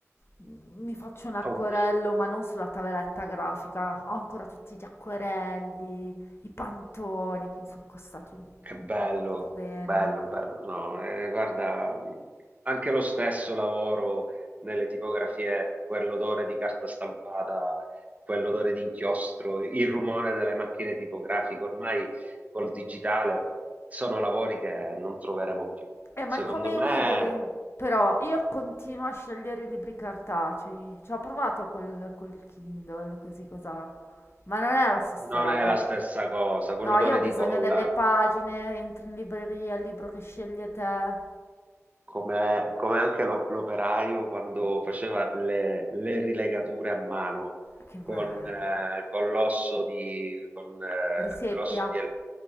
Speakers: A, on the left; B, on the right.
A: mi faccio un acquerello,
B: Oh,
A: ma non sulla tavoletta grafica. Ho ancora tutti gli acquerelli, i pantoni che mi sono costati un
B: Che bello,
A: un rene.
B: bello, bello. No, eh, guarda, anche lo stesso lavoro nelle tipografie, quell'odore di carta stampata, quell'odore di inchiostro, il rumore delle macchine tipografiche, ormai col digitale sono lavori che non troveremo più.
A: Eh, ma
B: Secondo
A: è come
B: me
A: i libri. Però io continuo a scegliere i libri cartacei. Ci ho provato col, col Kindle, così cosa. Ma non è la stessa
B: non
A: roba.
B: è la stessa cosa, quell'odore
A: No, io ho
B: di
A: bisogno
B: colla.
A: delle pagine, entri in libreria, il libro che scegli te.
B: come, come anche l'o- l'operaio quando faceva le, le rilegature a mano
A: Che bello.
B: con, eh, con l'osso di, con, eh,
A: Riseppia.
B: l'osso di, el-